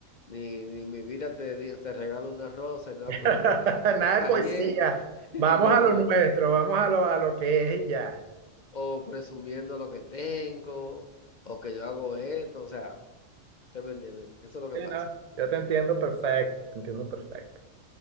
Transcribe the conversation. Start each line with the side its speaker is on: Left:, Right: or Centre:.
Left: ni, ni mi vida te, di- te regalo una rosa, y nada
Right: <laughs>
Left: por el estilo.
Right: Nada
Left: <laughs> Ahí
Right: de poesía.
Left: es,
Right: Vamos
Left: no,
Right: a lo nuestro, vamos a lo, a lo que es y ya.
Left: o presumiendo lo que tengo, o que yo hago esto, o sea, ¿usted me entiende? Eso es lo que
Right: Sí,
Left: pasa.
Right: no, yo te entiendo perfecto, te entiendo perfecto.